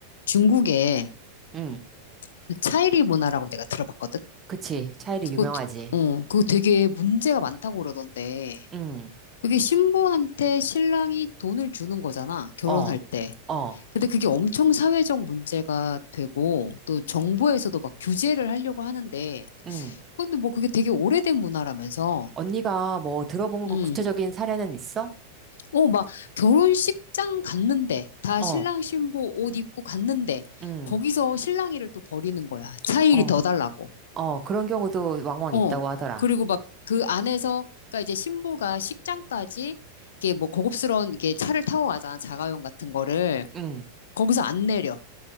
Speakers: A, on the left; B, on the right.
A: 중국에
B: 응,
A: 그 차이리 문화라고 내가 들어봤거든?
B: 그치. 차일이
A: 그거,
B: 유명하지.
A: 어, 그거 되게 문제가 많다고 그러던데.
B: 응,
A: 그게 신부한테 신랑이 돈을 주는 거잖아, 결혼할
B: 어,
A: 때.
B: 어,
A: 근데 그게 엄청 사회적 문제가 되고, 또 정부에서도 막 규제를 하려고 하는데,
B: 응.
A: 근데 뭐 그게 되게 오래된 문화라면서,
B: 언니가 뭐 들어본
A: 음,
B: 거 구체적인 사례는 있어?
A: 어, 막 결혼식장 갔는데, 다
B: 어,
A: 신랑 신부 옷 입고 갔는데,
B: 응,
A: 거기서 신랑이를 또 버리는 거야. 차일이
B: 어,
A: 더 달라고.
B: 어, 그런 경우도 왕왕
A: 어.
B: 있다고 하더라.
A: 그리고 막 그 안에서, 그러니까 이제 신부가 식장까지 이게 뭐 고급스러운 이게 차를 타고 가잖아. 자가용 같은 거를.
B: 응,
A: 거기서 안 내려.